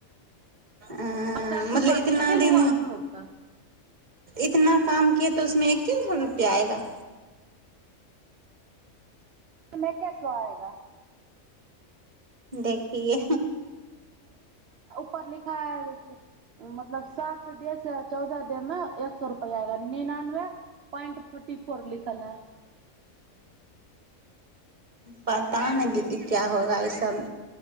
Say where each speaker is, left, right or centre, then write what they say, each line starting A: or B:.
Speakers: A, on the right (about 35°); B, on the right (about 50°).
A: आ
B: पचास
A: <inaudible> अ मतलब
B: रुपया
A: इतना
B: घटे ना
A: दिन
B: हुआ हम लोग का
A: इतना काम किया तोसमे एे सए रुपैआएगा
B: तमें क्य सो आएगा
A: देखिये
B: पर लिखा है मतलब सात दे से चौदह देह में एक सए रुपआग निनानबे पॉइंट फोर्टी फोर लिखल है
A: पता ने दीदी क्या होगा ई सब